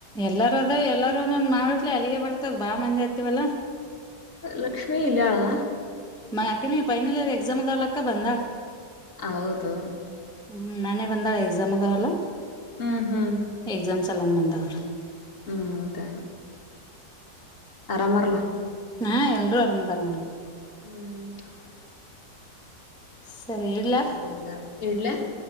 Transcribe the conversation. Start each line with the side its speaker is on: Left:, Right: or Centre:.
Centre: ಎಲ್ಲಾರ ಅದ ಎಲ್ಲಾರೂ ಒಂದೊ್ ಮಾಡಟ್ಲಿ ಅಲ್ಲಿಗೆ ಬರ್ತದ ಬಾ ಮಂಜೆ ಹತ್ತವಲ್ಲಾ
Left: ಲಕ್ಷ್ಮೀ ಇಲಯಾಳ
Centre: ಮ ಯಾಕೆ ನೀವು ಪನ್ನನಲ್ಲೇರ ಎಕ್ಸಾಮ ತ್ಲಾಕ್ಕ ಬಂದ
Left: ಹೌದು
Centre: ಹ್ಮ್ ನಾನೇ ಬಂದಾಳ ಎಕ್ಸಾಮ್ ಅದಾವಲ್ಲ
Left: ಹ್ಮ್ ಹ್ಮ್
Centre: ಎಗ್ಸಾಮ ಸಲ್ಲಾಮ ಬಂದ ಅವರ
Left: ಹ್ಮ್ ಆಯತು ಅರಾಮಾರಲ್ಲ
Centre: ಹಾ ಎಲ್ಲರರು ಆರಾಮದಾರ
Left: ಹ್ಮ್
Centre: ಸರಿಲ್
Left: ಸರಿ ಹಂಗಾರ ಇಡ್ಲೆ